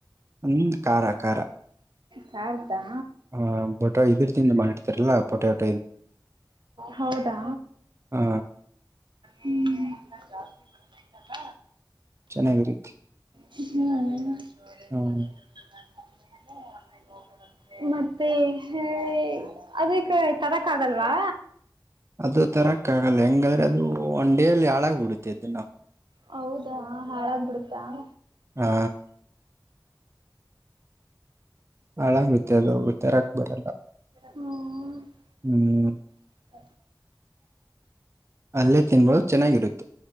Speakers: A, on the right; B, on the right.
A: ಹ್ಮ್ ಖಾರ ಖಾರಾ
B: ಖಾರದಾ
A: ಹ ಬೊಟಾ ಇದ್ರದಿಂದ ಮಾಡಿತಾರಲ್ಲಾ ಪೊಟಾಟ
B: ಹೌದಾ
A: ಹ
B: ಹ್ಮ್ ಎಲ್ಲ ಜಾಸ್ತಿ ಬರ್ತಾಯ್ತಲ್ಲ
A: ಚೆನ್ನಾಗಿರುತ್ತೆ
B: <unintelligible>
A: ಹ್ಮ್
B: ಮತ್ತೆ ಹೇಳಿ ಅದಕೇ ತರಕ್ ಆಗಲ್ವಾ
A: ಅದು ತರಕ್ಕ ಆಗಲ್ಲ ಹೆಂಗಾದ್ರೆ ಅದು ಒಂದ್ ಡೇ ಅಲ್ಲಿ ಹಾಳಾಗ್ ಬಿಡುತ್ತೆ ಇದ ನಾವು
B: ಹೌದಾ ಹಾಳಾಗ್ಬಿಡುತ್ತ <unintelligible>
A: ಹಾ ಹಾಳಾಗುತ್ತೆ ಅದು ತರಕ್ ಬರಲ್ಲ
B: <unintelligible> <inaudible>
A: ಹ್ಮ್
B: <unintelligible>
A: ಅಲ್ಲೇ ತಿನ್ಬೋದು ಚೆನ್ನಾಗಿರುತ್ತೆ